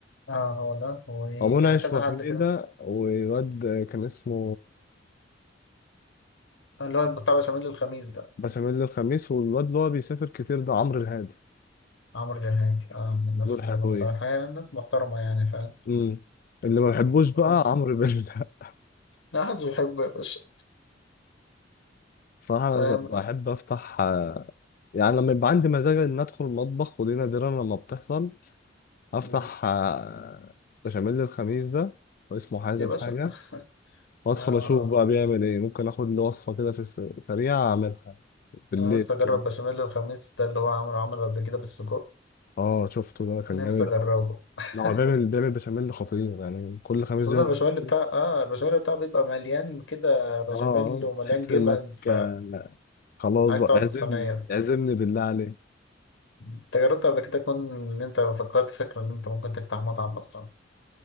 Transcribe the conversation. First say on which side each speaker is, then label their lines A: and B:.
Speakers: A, on the left (about 80°); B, on the left (about 50°).
A: اه هو ده ويعني
B: او منعش
A: كذا
B: وحميدة
A: حد كده
B: وواد كان اسمه
A: اللي هو بتاع بشاميل الخميس ده
B: بشاميل الخميس والواد اللي هو بيسافر كتير ده عمرو الهادي
A: عمرو الرهادي اه من الناس
B: دول
A: اللي
B: حلوين
A: انا بتابعها يعني الناس محترمة يعني فاهم
B: امم اللي ما بحبوش بقى
A: اه
B: عمرو بيلا <laughs>
A: لا حد بيحب يا باشا
B: صراحة أنا
A: فاهم
B: ز- بحب
A: آه.
B: أفتح آه، يعني لما يبقى عندي مزاج إن أدخل المطبخ ودي نادرا لما بتحصل أفتح
A: مم.
B: آه، بشاميل الخميس ده واسمه حازم
A: يا باشا
B: حاجة
A: <laughs>
B: وأدخل
A: اه اه
B: أشوف بقى بيعمل إيه ممكن آخد له وصفة كده في السريع أعملها بالليل
A: انا نفسي اجرب
B: كده
A: بشاميل الخميس ده اللي هو عمله عمله قبل كده بالسجق
B: آه شفته ده كان
A: نفسي
B: جامد
A: اجربه
B: أوي
A: <laughs>
B: لا، هو بيعمل بيعمل بشاميل خطير يعني كل خميس
A: خصوصا
B: بيعمل
A: البشاميل
B: بشاميل
A: بتاع اه البشاميل بتاعه بيبقى مليان كده بشاميل
B: آه
A: ومليان
B: تحس
A: جبن
B: إنك
A: فعايز
B: آه، خلاص بقى
A: تقعد
B: اعزمني
A: في الصينية ده
B: اعزمني بالله عليك
A: انت جربت قبل كده تكون ان انت فكرت فكرة ان انت ممكن تفتح مطعم مثلا